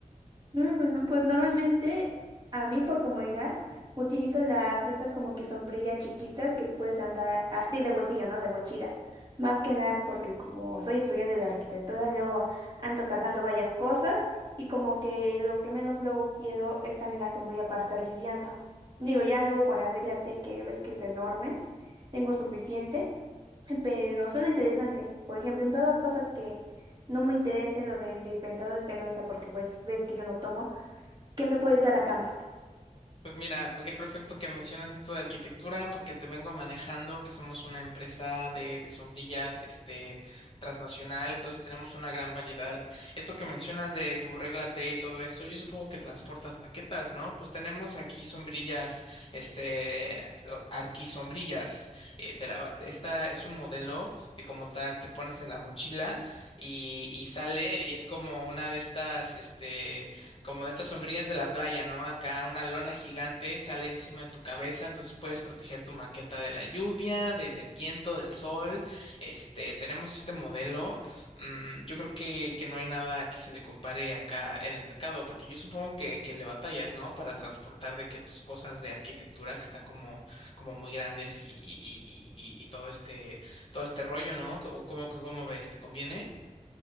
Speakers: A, on the right; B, on the left.
A: Mm, pues normalmente, a mí por comodidad, utilizo las estas como que sombrillas chiquitas que puedes andar así de bolsillo, ¿no? De mochila. Más que nada porque como soy estudiante de arquitectura, luego ando cargando varias cosas y como que lo que menos luego quiero es también la sombrilla para estar lidiando. Digo, ya luego con la regla T que ves que es enorme, tengo suficiente. Pero suena interesante. Por ejemplo, en toda cosa que no me interese lo del dispensador de cerveza, porque pues ves que yo no tomo, ¿qué me puedes dar a cambio?
B: Pues mira, pues qué perfecto que mencionas esto de arquitectura, porque te vengo manejando que somos una empresa de, de sombrillas, este, transnacional, entonces tenemos una gran variedad. Esto que mencionas de tu regla T y todo eso, yo supongo que transportas maquetas, ¿no? Pues tenemos aquí sombrillas, este, o- arquisombrillas. eh, te la va- esta es un modelo que como tal te pones en la mochila y, y sale y es como una de estas, este como de estas sombrillas de la playa, ¿no? Acá una lona gigante sale encima de tu cabeza, entonces puedes proteger tu maqueta de la lluvia, de- del viento, del sol. Este, tenemos este modelo. mm, yo creo que, que no hay nada que se le compare acá en el mercado, porque yo supongo que, que le batallas, ¿no? Para transportar de que tus cosas de arquitectura que están como, como muy grandes y, y, y, y, y todo este, todo este rollo, ¿no? ¿Cómo, cómo, cómo ves? ¿Te conviene?